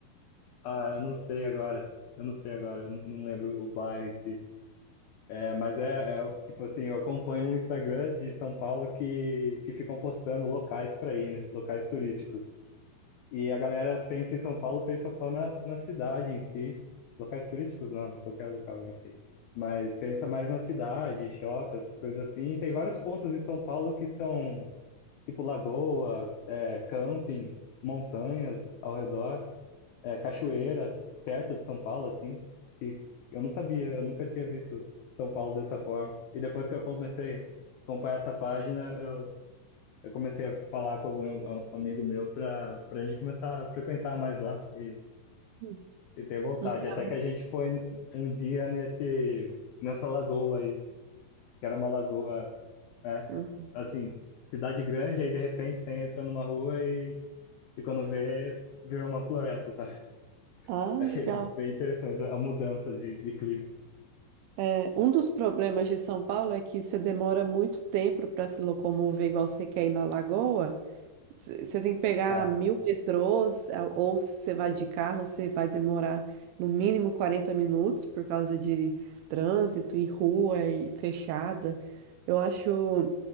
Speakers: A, on the left (about 80°); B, on the right (about 85°).
A: Ah, eu não sei agora. Eu não sei agora, eu não lembro o bairro em si. É, mas é, é, tipo assim, eu acompanho um Instagram de São Paulo que, que ficam postando locais para ir, né? Locais turísticos. E a galera pensa em São Paulo, pensa só na, na cidade em si. Locais turísticos não, né? Qualquer local em si. Mas pensa mais na cidade, shopping, essas coisas assim. E tem vários pontos em São Paulo que são tipo lagoa, é, camping, montanhas ao redor é, cachoeira perto de São Paulo, assim, que eu não sabia, eu nunca tinha visto São Paulo dessa forma. E depois que eu comecei a acompanhar essa página, eu, eu comecei a falar com um amigo meu para para a gente começar a frequentar mais lá e,
B: Hum,
A: e ter vontade.
B: Legal.
A: Até que a gente foi um dia nesse nessa lagoa aí, que era uma lagoa, é,
B: Hum.
A: assim, cidade grande, aí de repente você entra numa rua e, e quando vê, virou uma floresta, sabe?
B: Ah,
A: Achei
B: legal.
A: bem interessante a mudança de, de clima.
B: É, é, um dos problemas de São Paulo é que você demora muito tempo para se locomover igual você quer ir na Lagoa. Você tem que pegar
A: Ah,
B: mil metrôs, eh, ou se você vai de carro, você vai demorar no mínimo 40 minutos por causa de trânsito e rua e fechada. Eu acho